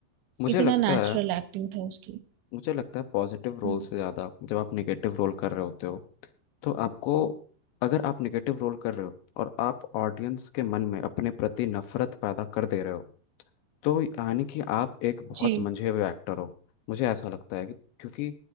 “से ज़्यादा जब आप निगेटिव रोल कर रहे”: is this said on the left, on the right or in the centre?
Left